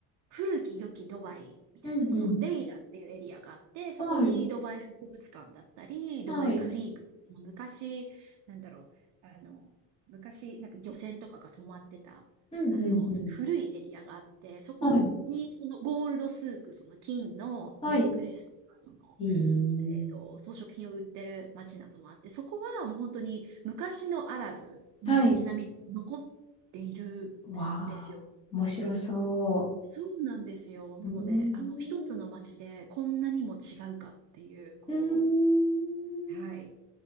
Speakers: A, on the right; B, on the left.
A: 古き良きドバイみたいな、
B: うん、
A: そのデイラっていうエリアがあって、
B: うん。
A: そこにドバイ博物館だったり、
B: はい、
A: ドバイクリーク、
B: はい。
A: その昔、なんだろう、あの、昔、なんか漁船とかが止まってた、
B: うん、
A: あの、
B: うん、うん。
A: その古いエリアがあって、そこにそのゴールドスーク、
B: はい、
A: その金のネックレスとか、
B: はい。
A: その
B: い
A: えっと、
B: い。
A: 装飾品を売ってる街などもあって、そこはもう本当に昔のアラブの街並みが残っているんですよ。
B: はい。わあ、面白そ
A: そうなんですよ。なので、
B: う。うーん。
A: あの、一つの街でこんなにも違うかっていう、こ
B: うーん
A: う、はい。